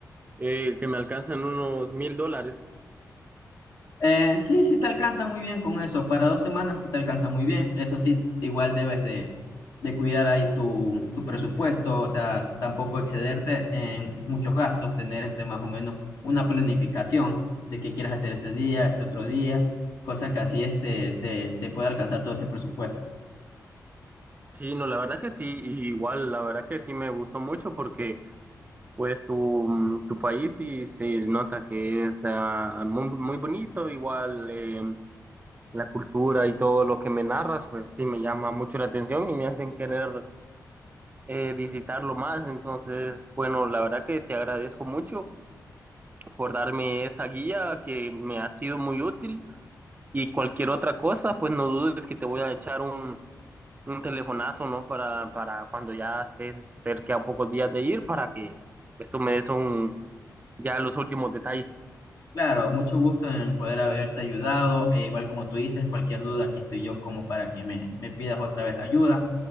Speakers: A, on the right; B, on the left.
A: eh, que me alcanzan unos mil dólares.
B: Eh, sí, sí te alcanza muy bien con eso. Para dos semanas sí te alcanza muy bien. Eso sí, igual debes de, de cuidar ahí tu, tu presupuesto, o sea, tampoco excederte en muchos gastos, tener este más o menos una planificación de qué quieres hacer este día, este otro día, cosa que así este, te, te puede alcanzar todo ese presupuesto.
A: Sí, no, la verdad que sí, y igual, la verdad que sí me gustó mucho porque pues tu, mm, tu país sí se nota que es ah, muy, muy bonito, igual eh, la cultura y todo lo que me narras, pues sí me llama mucho la atención y me hacen querer eh, visitarlo más. Entonces, bueno, la verdad que te agradezco mucho por darme esa guía que me ha sido muy útil y cualquier otra cosa, pues no dudes que te voy a echar un, un telefonazo, ¿no? Para, para cuando ya estés cerca a pocos días de ir, para que pues, tú me des un, ya los últimos detalles.
B: Claro, mucho gusto en poder haberte ayudado. e igual como tú dices, cualquier duda, aquí estoy yo como para que me, me pidas otra vez ayuda.